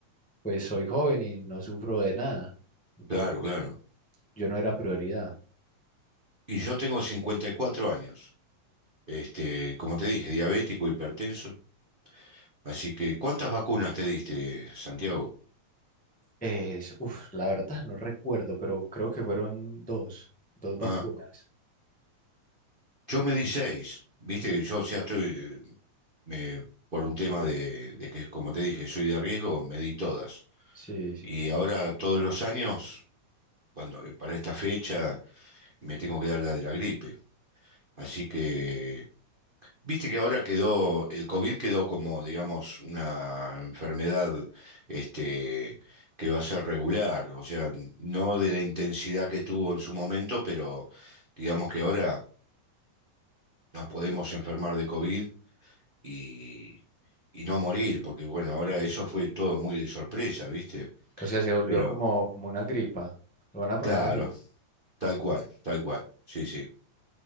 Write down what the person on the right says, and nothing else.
claro, claro.
Y yo tengo 54 años. este, como te dije, diabético, hipertenso. Así que, ¿cuántas vacunas te diste, Santiago?
Ah, yo me di seis, viste que yo, o sea, estoy, eh, me- por un tema de, de que, como te dije, soy de riesgo, me di todas.
Y ahora todos los años, cuando, eh, para esta fecha, me tengo que dar la de la gripe. Así que Viste que ahora quedó, el COVID quedó como, digamos, una enfermedad este, que va a ser regular, o sea, no de la intensidad que tuvo en su momento, pero digamos que ahora nos podemos enfermar de COVID y, y no morir, porque bueno, ahora eso fue todo muy de sorpresa, ¿viste?
Pero
claro,
tal cual, tal cual, sí, sí.